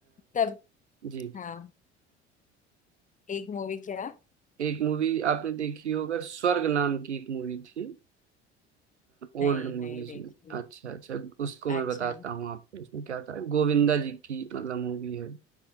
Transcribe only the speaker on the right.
जी
एक मूवी आपने देखी होगा स्वर्ग नाम की एक मूवी थी ओल्ड
मूवीज
में अच्छा अच्छा उसको
मैं बताता हूँ आपको उसमें क्या था गोविंदा जी की मतलब मूवी है